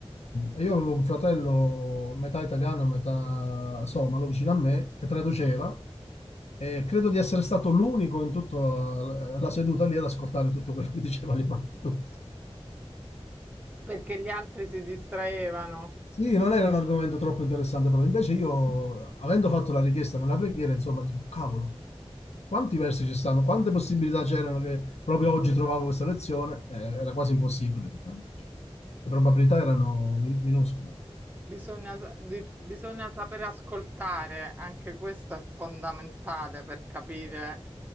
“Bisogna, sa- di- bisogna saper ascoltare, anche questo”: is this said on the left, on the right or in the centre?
Right